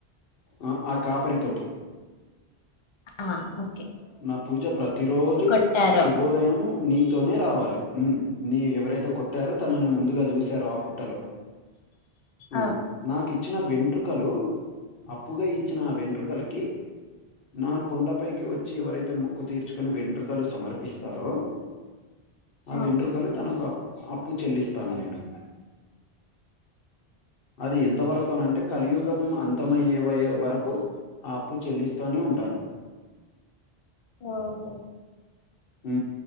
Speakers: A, on the left (about 65°); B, on the left (about 50°).
A: ఆ ఆ కాపరి తోటి
B: అ ఆ ఓ
A: నా పూజ ప్రతి రోజు
B: కొట్టారో
A: శుభోదయం నీ తోనే రావాలి హుమ్ నీ ఎవరైతే కొట్టారో తనని ముందుగా చూశారో ఆ పుట్టలో ఉ
B: ఆ
A: నాకు ఇచ్చిన వెంట్రుకలు అప్పుగా ఇచ్చిన ఆ వెంట్రుకలకి నా కొండపైకి వ చ్చి ఎవరైతే మోక్కు తీర్చుకుని వెంట్రుకలు సమర్పిస్తారో
B: ఉమ్
A: ఆ వెంట్రుకలు తనకు అప్పు చెల్లిస్తాను నేను అది ఎంత వరకు అని అంటే కలియుగం అంతమయ్యే వయ్యే వరకు అప్పు చెల్లిస్తానే ఉంటాను
B: ఆ ఓహో
A: ఉ